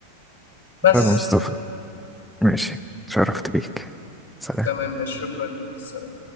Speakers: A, on the left; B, in the centre.
A: بس
B: طيب يا مصطفى ماشي اتشرفت بيك سلام
A: تمام ماشي شكرا لك سلام.